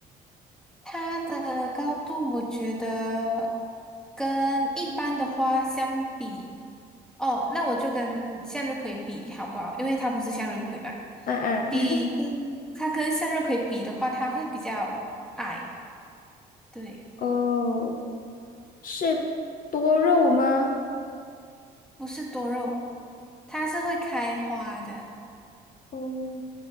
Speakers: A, in the centre; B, on the left.
A: 它的高度，我觉得跟一般的花相比，哦，那我就跟向日葵比好不好？因为它不是向日葵嘛，
B: 啊啊，
A: 比跟它跟向日葵比的话，
B: <laughs>
A: 它会比较矮，对，
B: 哦，是多肉吗？
A: 不是多肉，它是会开花的，
B: 嗯